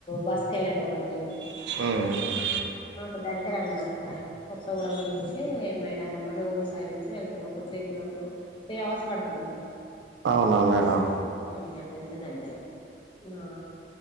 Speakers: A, on the left; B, on the right.
A: బస్సుకి వెళ్ళేటోళ్ళం మేము
B: ఉమ్
A: మాకు దగ్గర అన్నమాట అక్కడ కొత్తగూడం నుంచి మేడారం మన ఊరి సైడ్ నుంచి వెళ్తాము ఒక త్రీ కిలోలు త్రీ అవర్స్ పడుతది మాకు
B: అవునా మేడం
A: ఉమ్ అటు నుంచి దగ్గర నా